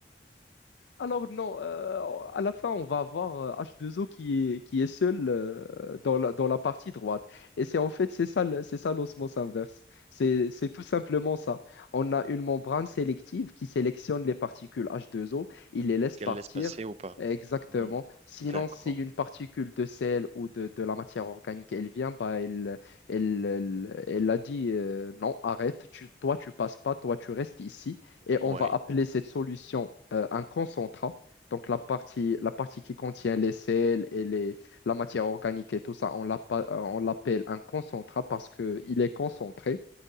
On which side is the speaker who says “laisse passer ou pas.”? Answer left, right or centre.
Right